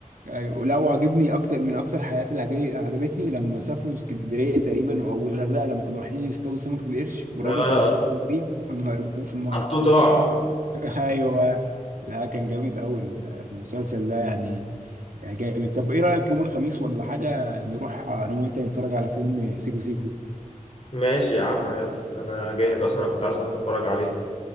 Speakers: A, on the right; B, on the left.
A: ايوه ولو عجبني اكتر من اكتر الحلقات اللي عجب- عجبتني لما سافروا اسكندريه تقريبا او الغردقه لما كانوا رايحين يصطادوا سمكه القرش وربطوا
B: اه
A: مصطفى غريب وكانوا هيربوه في الميه
B: حطوه طعم
A: <laughs> ايوه لا كان جامد قوي المسلسل ده يعني يعني جامد طب ايه رايك يوم الخميس ولا حاجه نروح انا وانت نتفرج على فيلم سيكو سيكو
B: ماشي يا عم يلا انا جاهز اصلا انا كنت عايز اتفرج عليه